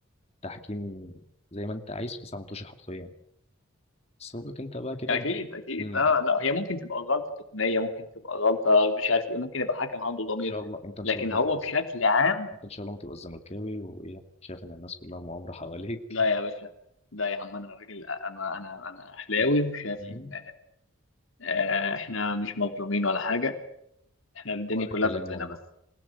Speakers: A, on the left (about 30°); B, on the left (about 65°).
A: تحكيم زي ما انت عايز في تسع ماتش حرفيا بس فوقك انت بقى كده
B: اكيد اكيد
A: امم
B: اه
A: ان
B: لا هي ممكن تبقى غلطه تقنيه ممكن تبقى غلطه مش عارف ايه ممكن يبقى حكم عنده ضمير
A: شاء الله انت ان
B: لكن
A: شاء الله ما
B: هو
A: تبقاش
B: بشكل عام
A: انت ان شاء الله ما تبقى الزملكاوي وايه شايف ان الناس كلها مؤامره حواليك
B: لا يا باشا لا يا عم انا راجل انا انا انا اهلاوي
A: <laughs>
B: وشايف
A: مم.
B: ان آه، احنا مش مظلومين ولا حاجه احنا الدنيا
A: هو ده
B: كلها
A: الكلام
B: ضدنا
A: والله
B: بس